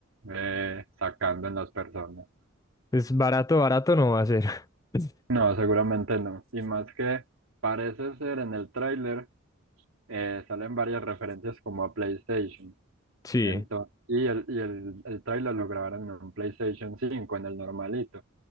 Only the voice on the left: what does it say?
Pues barato, barato no va a ser. <laughs>
Sí.